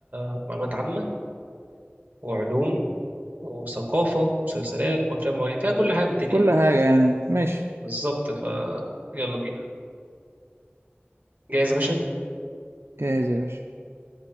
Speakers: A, on the right; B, on the right.
A: ومعلومات عامة وعلوم وثقافة ومسلسلات وأفلام وغيرها فيها كل حاجة في الدنيا
B: كل
A: يعني
B: حاجة يعني ماشي
A: بالظبط ف يلا بينا جاهز يا باشا
B: جاهز يا باشا